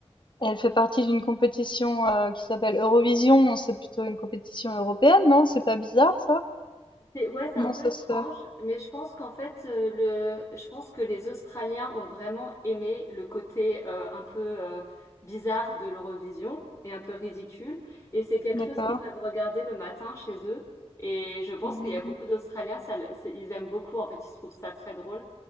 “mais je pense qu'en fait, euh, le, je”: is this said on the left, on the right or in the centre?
Left